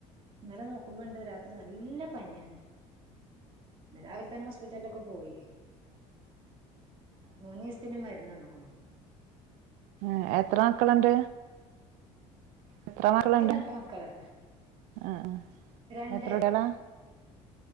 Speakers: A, on the right; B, on the right.
A: ഇന്നലെ നോക്കുമ്പോണ്ട് രാത്രി നല്ല പനിയാണ്. ന്ന് രാവിലെ തന്നെ ഹോസ്പിറ്റലിലൊക്കെ പോയി. മൂന്നീസത്തിനുമരുന്ന്ന്നേക്കുണു.
B: ഉ എത്ര മക്കളുണ്ട്. എത്ര മക്കളുണ്ട്
A: എനിക്ക് രണ്ട് മക്കള്
B: ആ ആ
A: രണ്ട്.
B: എത്ര കുട്ടികളാ